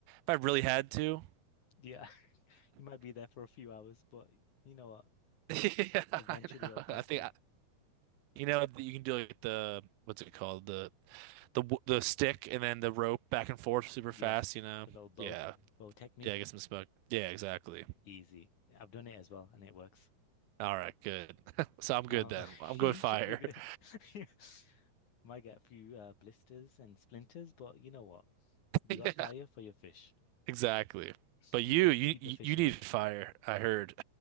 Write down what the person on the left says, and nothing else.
Yeah. <laughs> You might be there for a few hours, but you know what?
Eventually
it'll come
through.
Yes,
the little bow
bow technique.
Easy. I've done it as well and it works.
Um,
<laughs>
you
should be good.
<laughs> Yeah. Might get a few uh, blisters and splinters, but you know what? You
got fire for your fish.
Keep
the keep
the fishing
rod.